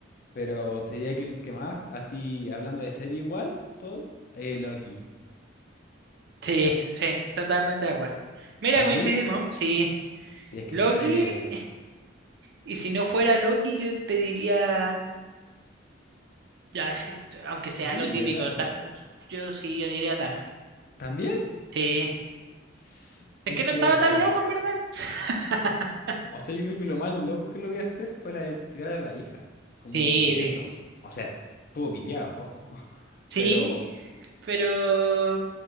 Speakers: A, on the left (about 45°); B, on the right (about 55°).
A: Pero te diría que el que más, así hablando de serie igual, todo, eh, Loki.
B: Sí, sí, totalmente de acuerdo. Mira,
A: También,
B: coincidimos, sí.
A: si es que
B: Loki,
A: su serie,
B: y si no fuera Loki, yo te diría, ya, sí, aunque sea
A: yo diría
B: lo típico,
A: Thanos.
B: Ta- yo sí, yo diría Thanos.
A: También,
B: Sí,
A: s- es
B: es que no
A: que,
B: estaba
A: o
B: tan
A: sea,
B: loco, en verdad. <laughs>
A: o sea, yo creo que lo más loco que lo vi hacer fue la de tirar a la hija. Como
B: Sí,
A: que
B: sí,
A: eso, o sea, estuvo piteado, ojo. <laughs>
B: sí,
A: Pero,
B: pero,